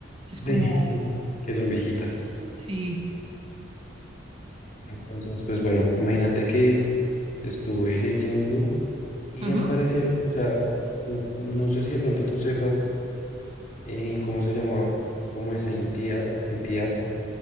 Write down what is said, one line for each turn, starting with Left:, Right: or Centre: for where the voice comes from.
Right: Es como,
Left: sí, <laughs> que son viejitas.
Right: sí.
Left: Entonces, pues bueno, imagínate que estuve leyendo y
Right: ujú.
Left: al parecer, o sea, n- no sé si de pronto tú sepas eh, cómo se llama, cómo esa entidad, entidad.